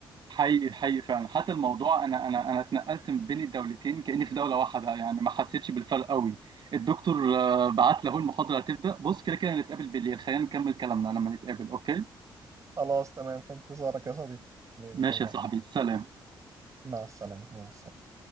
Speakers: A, on the right (about 55°); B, on the right (about 35°).
A: حقيقي حقيقي فعلا حتى الموضوع انا انا انا اتنقلت من بين الدولتين كاني في دوله واحده يعني ما حسيتش بالفرق قوي الدكتور آه، بعت له المحاضره هتبدا بص كده كده هنتقابل بالليل خلينا نكمل كلامنا لما نتقابل اوكي
B: خلاص تمام في انتظارك يا صديقي بإذن
A: ماشي
B: الله
A: يا صاحبي سلام
B: مع السلامة مع السلامة